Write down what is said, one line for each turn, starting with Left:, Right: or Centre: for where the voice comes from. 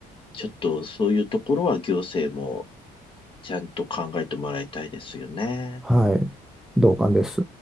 Left: ちょっとそういうところは行政もちゃんと考えてもらいたいですよね。
Centre: はい。同感です。